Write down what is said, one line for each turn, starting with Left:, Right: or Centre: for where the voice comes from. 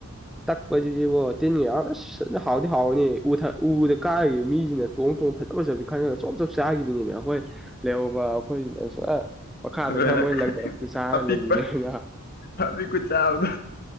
Centre: ꯇꯛꯄꯁꯤꯗꯤꯕꯣ ꯇꯤꯟꯒ ꯌꯥꯎ ꯑꯁ ꯐꯖꯅ ꯍꯥꯎꯗꯤ ꯍꯥꯎꯕꯅꯤ ꯎ ꯊꯥꯡ ꯎꯗꯥ ꯀꯥꯈꯤꯕ ꯃꯤ ꯁꯤꯅ ꯇꯣꯡ ꯇꯣꯡ ꯐꯖ ꯐꯖꯕꯁꯤ ꯈꯜꯂꯒ ꯆꯣꯞ ꯆꯣꯞ ꯆꯥꯒꯤꯕꯤꯅꯦꯃꯤ ꯑꯈꯣꯏ ꯂꯩꯍꯧꯕ ꯑꯈꯣꯏꯅ <unintelligible> ꯃꯈꯥꯗ
Left: ꯑꯗꯨꯒ
Centre: ꯈꯔ ꯃꯣꯏ ꯂꯪꯊꯔꯛꯄꯗꯣ ꯆꯥꯔ
Left: ꯑꯄꯤꯛꯄ
Centre: ꯂꯩ <unintelligible>
Left: ꯑꯄꯤꯛꯄ ꯆꯥꯕꯗꯣ